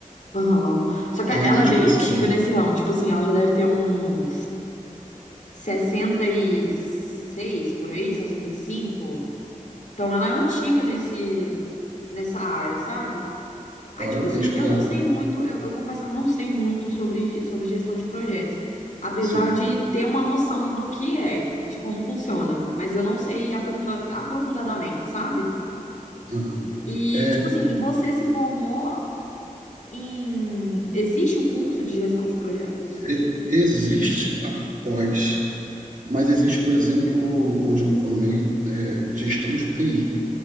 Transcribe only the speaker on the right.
Está
nadando
de
braçada.
Parabéns
para
ela.
Sim.
Aham.
É,
e- existe a pós Mas existe, por exemplo, onde eu me formei, eh, gestão de TI,